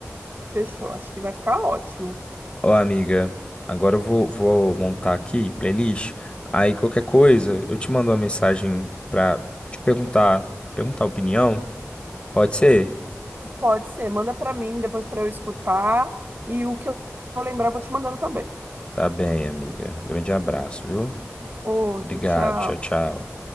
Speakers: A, on the right; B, on the left.
A: Fechou, acho que vai ficar ótimo.
B: Ó, amiga, agora eu vou, vou montar aqui playlist. Aí qualquer coisa, eu te mando uma mensagem pra te perguntar, perguntar a opinião. Pode ser?
A: Pode ser, manda pra mim depois pra eu escutar e o que eu lembrar eu vou te mandando também.
B: Tá bem, amiga. Grande abraço, viu?
A: Outro,
B: Obrigado.
A: tchau.
B: Tchau, tchau.